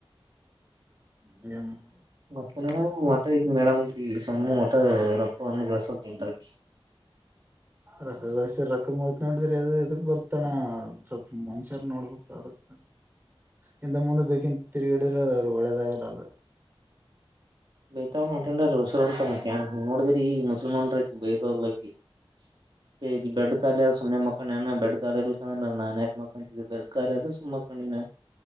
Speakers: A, on the right; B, on the right.
A: ಹ <unintelligible>
B: ಮತ್ತೆ ನ ಮತ್ತ <unintelligible> ಮೇಡಮ್ ಸಮ್ಮೂ ಮಊಟ್ಟ ರೊಕ್ಕ ಅಂದು ಕೆವಸ ತೊಂತರ <unintelligible>
A: ರಕ ಬ ಸ ರಕಮ <unintelligible> ನೋಡಿದ್ರಿ ಅದು ಇದಕ್ ಬರ್ತಣ ಸ್ವಲ್ಪ ಮನುಷ್ಯರು ನೋಡ್ಬೇಕ ಅದಕ್ ಹಿಂದೆ ಮುಂದೆ ಬಕಿನ <unintelligible> ತಿರುಗಿಡಾದ ಅವರು ಒಳ್ಳೆದಾಗಲಾದ
B: ಬೇತಾವ ನಟಂಡ ಉಸರು ಅಂತ ಮುಖ್ಯಾನ್ ನೋಡಿದ್ರ ಈ ಮುಸಲ್ಮಾನ್ ರಕಿ ಬೈದ್ ಹೋದ್ಲಕಿ <unintelligible>
A: <inaudible>
B: ಬೆಡ್ ಕಾಲಿ ಅ ಸುಮ್ಮನೆ ಮಕ್ಕಳ ನಾನ ಬೆಡ್ ಕಾಲ ಇರ ಅಂದ್ರ ನನ್ ಯಾಕ್ಕ್ಕಕಂತಿದ್ದೆ ಬೆಡ್ ಕಾಲ ಅದ ಸುಮ್ಾಕೊಂಡಿನ